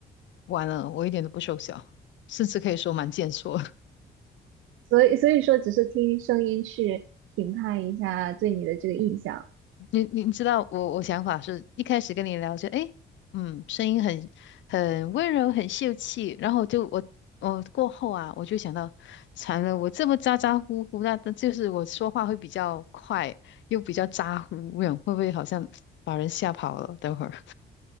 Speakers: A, on the left; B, on the right.
A: 完了，我一点都不瘦小，甚至可以说蛮健硕。
B: 所以所以说只是听声音去评判一下对你的这个印象。
A: 你你知道我我想法是一开始跟你聊就诶，嗯，声音很很温柔，很秀气，然后就我我过后啊，我就想到，惨了，我这么咋咋呼呼，那那就是我说话会比较快，又比较咋呼，我想会不会好像把人吓跑了？等会儿，<laughs>